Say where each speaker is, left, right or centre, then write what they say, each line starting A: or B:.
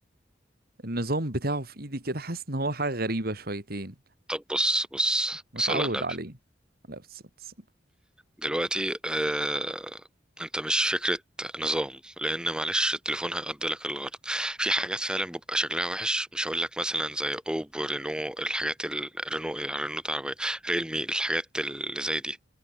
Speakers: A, on the right; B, in the centre.
A: النظام بتاعه في ايدي كده حاسس ان هو حاجة غريبة شويتين
B: طب بص بص
A: متعود
B: صلى على النبي
A: عليه لا بس بس
B: دلوقتي آه... انت مش فكره نظام لان معلش التليفون هيقضي لك الغرض في حاجات فعلا بيبقى شكلها وحش مش هقول لك مثلا زي اوبو رينو الحاجات الرينو رينو العربيه ريلمي الحاجات اللي زي دي